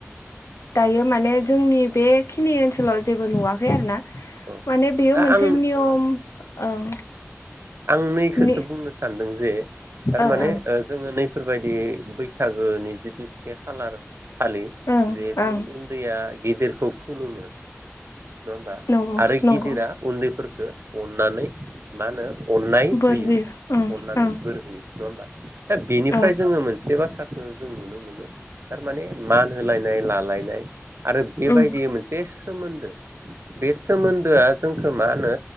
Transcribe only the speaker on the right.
औ
दा
आं
ओ
आं नैखोसो
बुंनो सानदों जे थारमाने
ओ जों नै फोरबायदि बैसाग गोनि जिथु से खालार खालि
जिहेथु
उन्दैया गिदिरखौ खुलुमो नङा होमबा
आरो
गिदिरा उन्दैफोर <unintelligible> अननानै मा होनो अननाय
होयो
अननानै
बोर होयो। नङा होनबा दा बेनिफ्राय
जोङो मोन से बाथ्राखौ जों नुनो मोनो थारमाने मान होलायनाय लालायनाय। आरो बेबायदि
मोनसे सोमोन्दो बे सोमोन्दोआ जोंखौ मा होनो